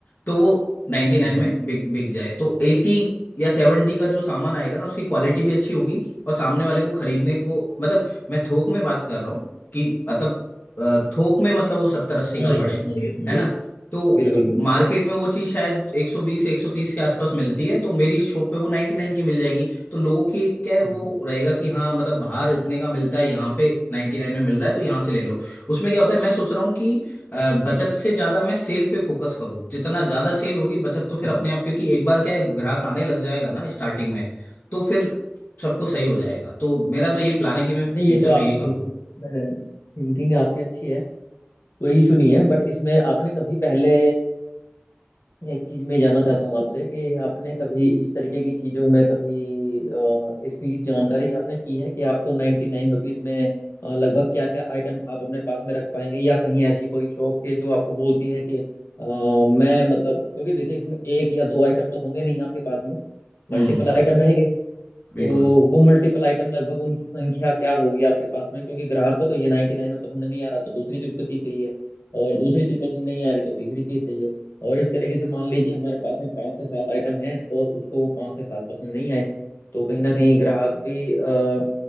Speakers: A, on the left; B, on the left.
A: तो वो 99
B: हम्म हम्म,
A: में
B: हम्म,
A: बिक बिक जाए तो 80 या 70 का जो सामान आएगा ना उसकी क्वालिटी भी अच्छी होगी और सामने वाले को खरीदने को मतलब मैं थोक में बात कर रहा हूँ कि मतलब अ, थोक में मतलब वो सत्तर अस्सी
B: समझ
A: का
B: गया
A: पड़े
B: मैं समझ गया समझ
A: है
B: गया
A: ना तो
B: बिल्कुल बिल्कुल
A: मार्केट
B: बिल्कुल
A: में वो चीज़ शायद 120 130 के आसपास मिलती है तो मेरी शॉप पे वो 99 की मिल जाएगी तो लोगों की क्या है वो
B: हम्म हम्म
A: रहेगा कि हाँ मतलब बाहर इतने का मिलता है यहाँ पे 99 में मिल रहा है तो यहाँ से ले लो उसमें क्या होता है मैं सोच रहा हूँ कि अ, बचत से ज्यादा मैं सेल पे फोकस करूं जितना ज्यादा सेल होगी बचत तो फिर
B: हम्म।
A: अपने आप क्योंकि एक बार क्या है ग्राहक आने लग जाएगा ना स्टार्टिंग में तो फिर सबको सही हो जाएगा तो मेरा तो ये प्लान है कि मैं
B: नहीं
A: फ्यूचर
B: ये तो
A: में
B: आपने
A: यही करूं
B: बिल्कुल थिंकिंग आपकी अच्छी है कोई इशू नहीं है बट इसमें आपने कभी पहले एक चीज में जानना चाहता हूँ आपसे कि आपने कभी इस तरीके की चीजों में कभी अ, इसकी जानकारी आपने की है कि आपको नाइन्टी नाइन रुपीज में अ, लगभग क्या क्या आइटम आप अपने पास में रख पाएंगे या कहीं ऐसी कोई शॉप के जो आपको बोलती है कि अ, मैं मतलब क्योंकि देखिए इसमें एक या दो आइटम तो होंगे नहीं आपके पास में
A: हम्म
B: मल्टीपल आइटम रहेंगे
A: बिल्कुल
B: तो वो मल्टीपल आइटम लगभग उनकी संख्या क्या होगी आपके पास में क्योंकि ग्राहक को तो ये 99 में पसंद नहीं आ रहा तो दूसरी चीज उसको चीज चाहिए और दूसरी चीज पसंद नहीं आ रही तो तीसरी चीज चाहिए और इस तरीके से मान लीजिए हमारे पास में पांच से सात आइटम हैं और उसको वो पांच से सात पसंद नहीं आए तो कहीं ना कहीं ग्राहक भी अ,